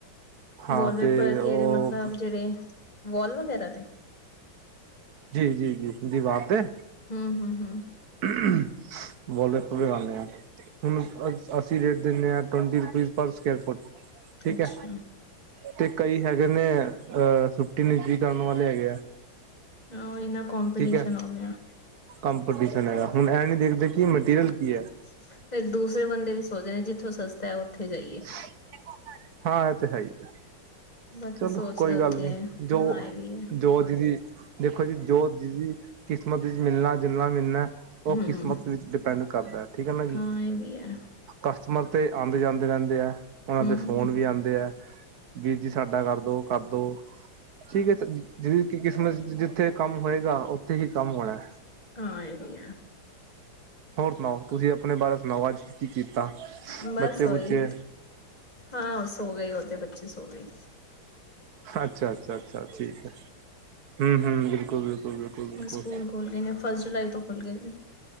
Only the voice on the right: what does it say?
ਹਾਂ
ਤੇ
ਉਹ
ਜੀ-ਜੀ, ਜੀ-ਜੀ ਦੀਵਾਰ ਤੇ
' <unintelligible> ' ਵਾਲ ਪੇਪਰ ਲਗਾਣੇ ਆ। ਹੁਣ ਅਸੀਂ ਰੇਟ ਦਿੰਣੇ ਆ, twenty rupees per square foot ਠੀਕ
ਐ, ਤੇ ਕਈ ਹੈਗੇ ਨੇ ਅਹ ਛੁੱਟੀ ਨਿੱਜੀ ਕਰਨ ਵਾਲੇ ਹੈਗੇ ਆ।
ਠੀਕ ਹੈ
ਕੰਪੀਟੀਸ਼ਨ ਹੈਗਾ, ਹੁਣ ਇਹਂ ਨੀ ਦੇਖਦੇ ਕਿ ਮਟੀਰੀਅਲ ਕੀ ਹੈ
' <unintelligible> ' ਹਾਂ ਇਹ ਤੇ ਹੈ ਆ।
ਚੱਲੋ,
ਕੋਈ
ਗੱਲ ਨੀ
ਜੋ
ਜੋ ਜਿਹਦੀ ਦੀ, ਦੇਖੋ ਜੀ, ਜੋ ਜਿਹਦੀ ਦੀ ਕਿਸਮਤ ਵਿੱਚ ਮਿਲਣਾ, ਜੁਲਣਾ, ਮਿਲਣਾ। ਉਹ
ਕਿਸਮਤ ਵਿੱਚ ਡਿਪੈਂਡ ਕਰਦਾ ਠੀਕ ਨਾ ਜੀ।
ਕਸਟਮਰ ਤੇ ਆਦੇ-ਜਾਂਦੇ ਰਹਿੰਦੇ ਆ ਉਹਨਾਂ
ਦੇ ਫੋਨ ਵੀ ਆਦੇ ਹੈ, ਵੀ ਜ ਸਾਡਾ ਕਰਦੋ-ਕਰਦੋ। ਠੀਕ ਐ ਜਿ ਕਿ ਕਿਸਮਤ ਜਿੱਥੇ ਕੰਮ ਹੋਏਗਾ, ਉੱਥੇ ਹੀ ਕੰਮ ਹੋਣਾ।
ਹੋਰ ਸੁਣਾਓ, ਤੁਸੀਂ ਆਪਣੇ ਬਾਰੇ ਸੁਣਾਓ ਅੱਜ, ਕੀ ਕੀਤਾ
ਬੱਚੇ-ਬੁੱਚੇ
ਅੱਛਾ, ਅੱਛਾ-ਅੱਛਾ ਠੀਕ ਹੈ। ਹਮ-ਹਮ ਬਿਲਕੁਲ ਬਿਲਕੁਲ ਬਿਲਕੁਲ ਬਿਲਕੁਲ